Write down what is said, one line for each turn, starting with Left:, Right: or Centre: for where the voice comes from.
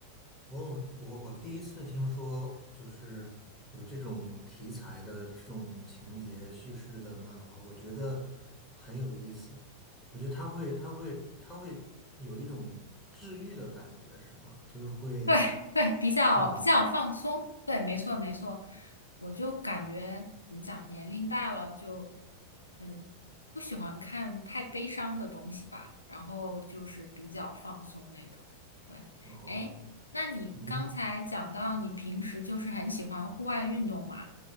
Centre: 我有我我第一次听说，就是有这种题材的这种情节叙事的漫画，我觉得很有意思。我觉得它会，它会，它会有一种治愈的感觉，是吗？就是会，
Left: 对对，比较比较放松，
Centre: 是吧？
Left: 对，没错没错，我就感觉怎么讲，年龄大了就，嗯，不喜欢看太悲伤的东西吧，然后就是比较放松那种。对，
Centre: 哦，
Left: 哎，那你刚才讲到你平时就是很喜欢户外运动嘛，
Centre: 嗯，